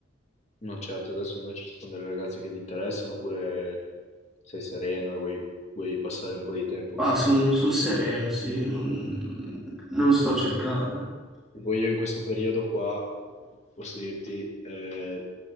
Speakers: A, on the left; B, in the centre.
A: No, certo, adesso invece ci sono delle ragazze che ti interessano oppure sei sereno e vuoi, vuoi passare un po' di tempo
B: Ah,
A: così.
B: sono sereno, sì, non, non sto cercando.
A: Tipo io in questo periodo qua, posso dirti, eh,